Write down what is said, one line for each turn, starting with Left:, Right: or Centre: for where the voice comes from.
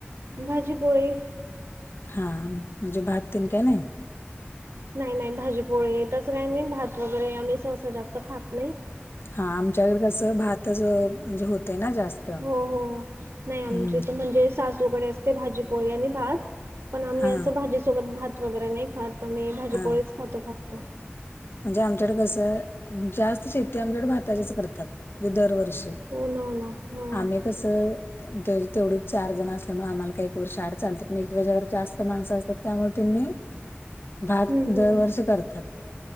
Right: भाजीपोळी.
Left: हा म्हणजे भात तेन काय नाही.
Right: नाही नाही भाजीपोळी तसं काय नाही भात वगैरे आम्ही सहसा जास्त खात नाही.
Left: हा आमच्याकडे कसं भातच म्हणजे होते ना जास्त.
Right: हो हो, नाही आमच्या
Left: हम्म
Right: इथे म्हणजे सासूकडे असते भाजीपोळी आणि भात पण आम्ही
Left: हा
Right: असं भाजीसोबत भात वगैरे नाही खात आम्ही भाजीपोळीच
Left: हा
Right: खातो फक्त.
Left: म्हणजे आमच्याकडे कसं जास्त शेती आमच्याकडे भाताचीच करतात म्हणजे दरवर्ष षी,
Right: हो ना हो ना हम्म
Left: आम्ही कसं दर तेवढं चार जण असल्यामुळे आम्हाला काही वर्ष आड चालते पण एका वेळी जास्त माणसं असतात त्यामुळे त्यांनी भात
Right: हम्म
Left: दरवर्षी करतात.